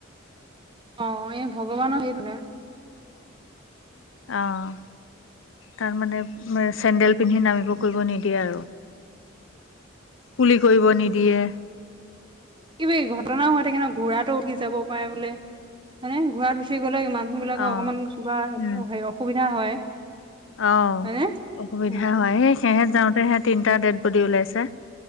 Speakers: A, on the right (about 25°); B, on the left (about 70°).
A: অঁ, এ ভগৱানৰ সেইভূঁনে।
B: আহঁ তাৰ মানে চেণ্ডেল পিন্ধি নামিব কৰিব নিদিয়ে আৰু। কুলি কৰিব নিদিয়ে।
A: কিব ঘটনাও হৈ থাকে ন ঘোঁৰাতো উঠি যাব পাৰে বোলে হয়নে ঘোঁৰাত উঠি গ'ল। <unintelligible> মানুহ বিলাকৰ
B: অ
A: অকমান কিবা হে
B: উম
A: হেৰি অসুবিধা হ'য়।
B: অ
A: হয়নে
B: অসুবিধা
A: উম
B: হয় সেই সেহে যাওঁতে সে তিনটা ডেট বডি ওলাইছে।